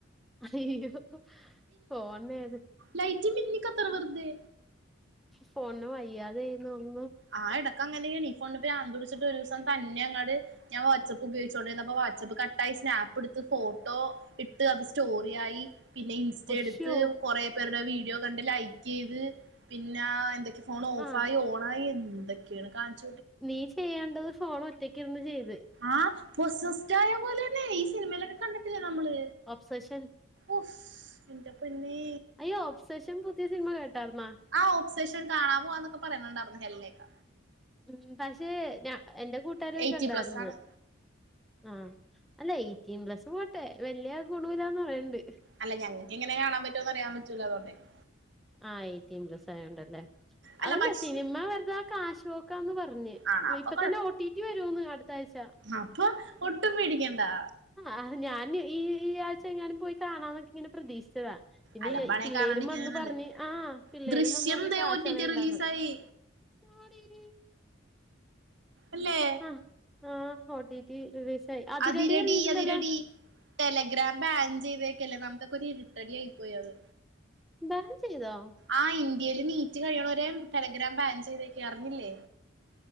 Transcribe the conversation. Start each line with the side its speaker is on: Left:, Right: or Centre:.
Centre: അയ്യോ ഫോണേത്
Right: ലൈറ്റ്മിന്നികത്ത്ണ് വെർതെ.
Centre: ഫോണിന് വയ്യാതായിതോന്ന്ണു
Right: ആ എടക്കങ്ങനേണീഫോണിന് ഭ്രാന്തുട്ചിട്ട് ഒരൂസം തന്നെ അങ്ങട് ഞാവാട്സപ്പ് ഉപയോഗിച്ചോണ്ടിര്ന്നപ്പൊ വാട്സപ്പ് കട്ടായി സ്നാപ്പ്ടുത്ത് ഫോട്ടോ ഇട്ട് അത് സ്റ്റോറിയായി പിന്നെ ഇൻസ്റ്റടുത്ത്
Centre: അശ്യോ
Right: കുറേ പേരുടെ വീഡിയോ കണ്ട് ലൈക്കയ്ത് പിന്നെ എന്തൊക്കെ ഫോൺ ഓഫായി
Centre: ആ
Right: ഓണായി എന്തൊക്കെയാണ് കാണ്ച
Centre: നീ ചെയ്യേണ്ടത് ഫോണ് ഒറ്റക്കിരുന്ന് ചെയ്ത്.
Right: ആഹ് പ്രൊസസ്യറ്റാ പോലൈണ്. ഈ സിനിമയിലൊക്കെ കണ്ടിട്ടില്ലേമ്മള്.
Centre: ഓബ്ഫെഷൻ.
Right: ഓഫ് ന്റെ പൊന്നേ
Centre: അയ്യ് ഓബ്സെഷൻ പുതിയ സിനിമ കേട്ടാര്ന്നാ?
Right: ആഹാ ഓ്ബ്സെഷൻ കാണാ പോവാന്നൊക്കെ പറയുന്നുണ്ടായിര്ന്ന് ഹെൽനേക്ക
Centre: ഉം പക്ഷെ ഞാ എൻ്റെ കൂട്ടേര് പോയ്
Right: എയ്റ്റി
Centre: കണ്ടായിര്ന്ന്
Right: പ്ലസ് ആണ്
Centre: ആഹ അല്ല എയ്റ്റീൻ പ്ലസ് പോട്ടെ വലയ ഗുണമില്ലാന്ന് പറയണ്ട്
Right: അല്ല ഞങ്ങൾക്ക് എങ്ങനെയെ കാണാൻ പറ്റുമോന്ന് അറിയാൻ പറ്റൂ അതോണ്ടണ്ട്
Centre: ആ എയ്റ്റീൻ പ്ലസ്സ ആയോണ്ടല്ലേ
Right: അല്ല
Centre: അതല്ല
Right: പക്ഷെ
Centre: സിനിമ വെുത കാശ്പോക്കാന്ന് പഞ്ഞ്
Right: ആണോ അപ്പൊ
Centre: ഇപ്പൊ തന്നെ ഓ ടി പിവരൂന്ന് അടുത്ത ആഴ്ച
Right: അപ്പ ഒട്ടും പെടിക്കേണ്ടാ
Centre: അഹ ഞാൻ ഈ ഈ ആഴ്ച എങ്ങാനും പോയി കാണാ എന്നൊക്കെ ഇങ്ങനെ പ്രതീക്ഷിച്ചതാ പിന്നെ
Right: അലമ്പാണെ
Centre: പിള്ളേരും
Right: കാണാണ്ടിരിക്കുന്നത്
Centre: വന്ന്
Right: നല്ലത്
Centre: പറഞ്ഞ് ആഹ് പിള്ളേരും
Right: ദൃശ്യം
Centre: വന്ന് പറഞ്ഞ്
Right: ദേ
Centre: കാശളയണ്ടാന്ന്
Right: ഒ ടി ടി റിലീസായി
Centre: <unintelligible>
Right: അല്ലേ
Centre: ആഹ് ആഹ് ഹോട്ടിറ്റി റിലീസായി അത്
Right: അതിരടി
Centre: റെഡി ഇറങ്ങിട്ടുണ്ടല്ലോ
Right: അതിരടി ടെലഗ്രാം ബാൻ ചെയ്തക്കല്ലേ നമുക്ക്ക്ക ഒരു ഇരിട്ടടി ആയി പോയി അത്
Centre: ബാൻ ചെയ്തോ
Right: ആഹ് ഇന്ത്യയിൽ നീറ്റ് കഴിയണ വരെ ടെലഗ്രാം ബാൻ ചെയ്തക്കി അറിഞ്ഞില്ലേ